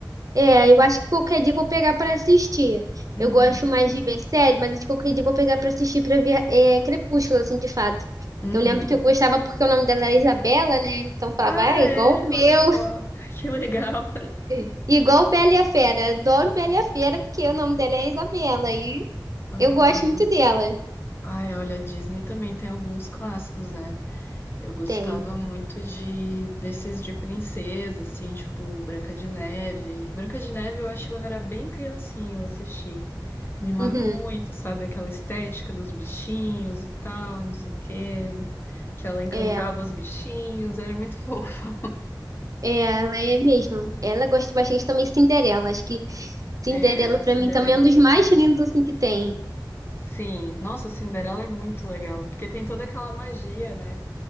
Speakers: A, on the right; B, on the left.
A: É, eu acho que qualquer dia eu vou pegar pra assistir.
B: Uhum.
A: Eu gosto mais de ver série, mas acho que qualquer dia eu vou pegar pra assistir pra ver é, Crepúsculo, assim, de fato.
B: Uhum.
A: Eu lembro que eu gostava porque o nome dela era Isabela, né? Então eu falava,
B: Ah,
A: ah, igual
B: é,
A: o meu,
B: olha só, <laughs> que legal.
A: <laughs> igual Bela e a Fera. Adoro Bela e a Fera porque o nome dela é Isabela e
B: Uhum.
A: eu gosto muito dela.
B: Ai, olha, a Disney também tem alguns clássicos, né? Eu gostava
A: Tem.
B: muito de desses de princesa, assim, tipo Branca de Neve. Branca de Neve eu acho que quando era bem criancinho eu assisti. Me marcou
A: Uhum.
B: muito, sabe? Aquela estética dos bichinhos e tal, não sei o quê. Que ela encantava
A: É,
B: os bichinhos, era muito <laughs> fofa.
A: é, ela é mesmo. Ela gosta bastante também de Cinderela. Acho que Cinderela
B: É,
A: pra
B: Cinderela.
A: mim também é um dos mais lindos assim que tem.
B: Sim, nossa, Cinderela é muito legal, porque tem toda aquela magia, né?